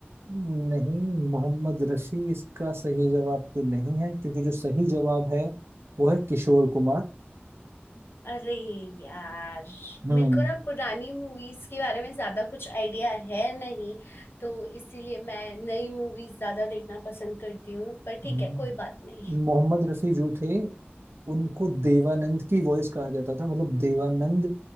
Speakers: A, on the right; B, on the left.
A: नहीं मोहम्मद रफी इसका सही जवाब तो नहीं है क्योंकि जो सही जवाब है वो है किशोर कुमार
B: अरे यार
A: हम्म
B: मेरे को ना पुरानी मूवीज के बारे में ज्यादा कुछ आइडिया है नहीं तो इसीलिए मैं नई मूवीज ज्यादा देखना पसंद करती हूँ पर ठीक
A: हम्म।
B: है कोई बात नहीं
A: मोहम्मद रफी जो थे उनको देवानंद की वॉइस कहा जाता था मतलब देवानंद